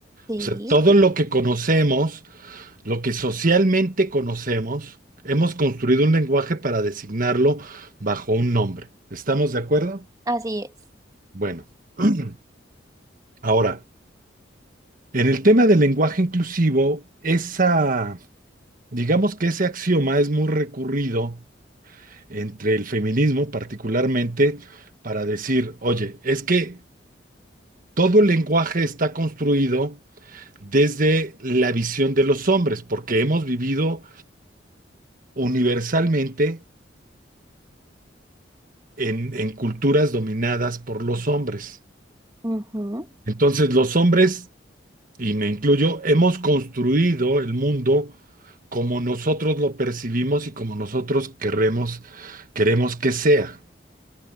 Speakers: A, on the right (about 20°); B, on the right (about 50°).
A: sí,
B: O sea, todo lo que conocemos, lo que socialmente conocemos, hemos construido un lenguaje para designarlo bajo un nombre. ¿Estamos de acuerdo?
A: así es.
B: Bueno, <clears throat> ahora, en el tema del lenguaje inclusivo, esa, digamos que ese axioma es muy recurrido entre el feminismo particularmente para decir, oye, es que todo el lenguaje está construido desde la visión de los hombres, porque hemos vivido universalmente en, en culturas dominadas por los hombres.
A: Ujú.
B: Entonces los hombres, y me incluyo, hemos construido el mundo como nosotros lo percibimos y como nosotros queremos, queremos que sea.